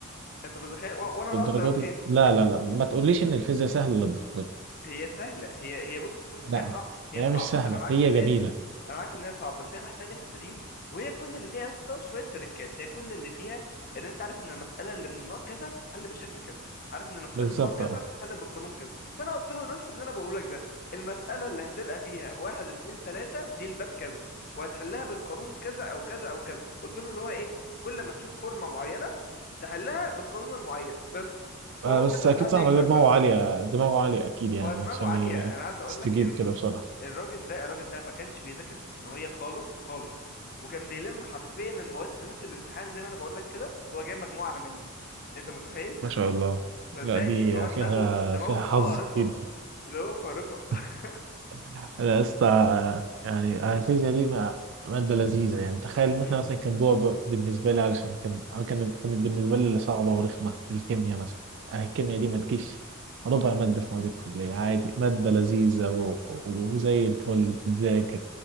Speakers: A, on the left (about 45°); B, on the right (about 60°).
A: انت متخيل و- وانا
B: للدرجه
A: ناقص درجتين
B: دي لا لا لا ما تقوليش ان الفيزياء سهله للدرجه دي
A: هي سهله هي هي بص بص هي
B: لا
A: صعب هي
B: هي
A: صعبه
B: مش سهله
A: انا معاك
B: هي
A: في ان
B: جميله
A: هي انا عارف ان هي صعبه بس هي محتاجه تدريب وهي كل اللي فيها يا اسطى شويه تريكات هي كل اللي فيها ان انت عارف ان المساله اللي من النوع كذا بتتحل بالشكل كذا عارف ان المساله
B: بالظبط
A: من النوع كذا
B: اه
A: بتتحل بالقانون كذا فانا قلت له نفس اللي انا بقوله لك ده المساله اللي هتلقى فيها واحد اتنين تلاته دي الباب كذا وهتحلها بالقانون كذا او كذا او كذا قلت له اللي هو ايه كل ما تشوف فورمه معينه تحلها بالقانون المعين بس
B: آه،
A: هو
B: بس
A: كده
B: اكيد
A: قاعد
B: صاحبك
A: يكتب
B: ده دماغه
A: بقى
B: عاليه دماغه عاليه اكيد يعني
A: هو دماغه
B: عشان
A: عاليه
B: ي-
A: انا عايز اقول
B: يستجيب
A: لك
B: كده بسرعه
A: الراجل ده الراجل ده ما كانش بيذاكر في ثانوية خالص خالص وكان بيلم حرفيا المواد في ليلة الامتحان زي ما انا بقول لك كده هو جايب مجموعة اعلى مني انت متخيل
B: ما شاء الله
A: صدقني
B: لا دي
A: فهو دماغه
B: فيها
A: دماغه
B: فيها حظ
A: خارقة
B: كتير دي
A: دماغه خارقة <laughs>
B: <laughs> انا يا اسطى يعني الفيزياء دي ما- ماده لذيذه يعني تخيل
A: امم
B: ان احنا مثلا كان بعبع بالنسبه لي علشان كان أنا كان كانت بالنسبه لي اللي صعبه ورخمه الكيمياء مثلا آه، الكيمياء دي ما تجيش ربع ماده في مواد الكليه عادي ماده لذيذه و- و- وزي الفل تتذاكر